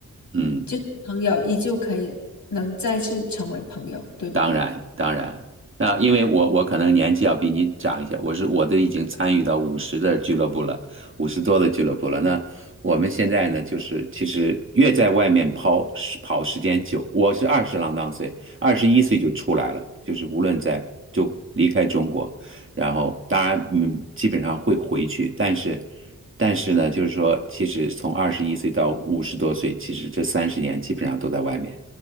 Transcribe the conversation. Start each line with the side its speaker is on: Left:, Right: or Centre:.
Right: 嗯。
Left: 就是朋友依旧可以能再次成为朋友，对吧？
Right: 当然，当然，那因为我我可能年纪要比你长一些，我是我都已经参与到五十的俱乐部了，五十多的俱乐部了。那我们现在呢，就是其实越在外面抛时跑时间久，我是二十郎当岁，二十一岁就出来了，就是无论在就离开中国，然后当然嗯，基本上会回去，但是但是呢，就是说，其实从二十一岁到五十多岁，其实这三十年基本上都在外面。